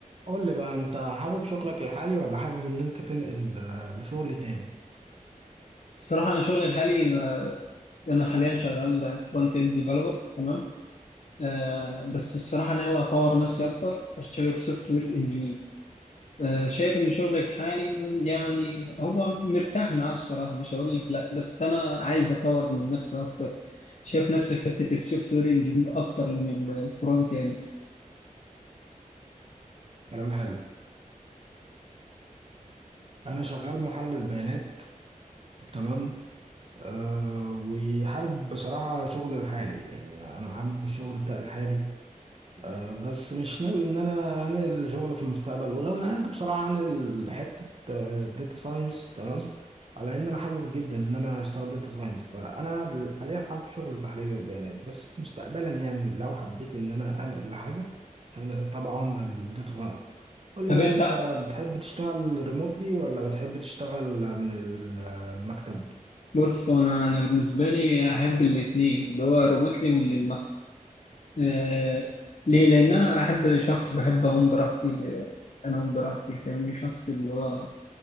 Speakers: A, on the right; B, on the left.
A: قول لي بقى انت حابب شغلك الحالي ولا حابب ان انت تنقل آه، لشغل تاني
B: الصراحة أنا شغلي الحالي ما- أنا حاليا شغال فرونت إند ديفلوبر تمام آه بس الصراحة ناوي أطور نفسي أكتر أشتغل سوفت وير إنجينير آه شايف إن شغلي الحالي يعني هو مرتاح معاه الصراحة مش هقول لك لأ بس أنا عايز أطور من نفسي أكتر شايف نفسي في حتة السوفت وير إنجينير أكتر من الفرونت إند
A: كلام حلو انا شغال محلل بيانات تمام أه وحابب بصراحة شغل الحالي يعني انا حابب الشغل بتاع الحالي أه بس مش ناوي ان انا انقل الشغل في المستقبل ولو نقلت بصراحه انقل حته داتا ساينس تمام على ان انا حابب جدا ان انا اشتغل داتا ساينس فانا دل- حاليا حابب شغل تحليل البيانات بس في مستقبلا يعني لو حبيت ان انا انقل لحاجه هنقل طبعا للداتا ساينس قول لي
B: طب
A: بقى
B: أنت
A: انت بتحب تشتغل ريموتلي ولا بتحب تشتغل من المكتب
B: بص أنا أنا بالنسبة لي أحب الاتنين اللي هو ربطني من آه، ليه؟ لأن أنا أحب شخص بحب أقوم براحتي آه، أنام براحتي فاهمني شخص اللي هو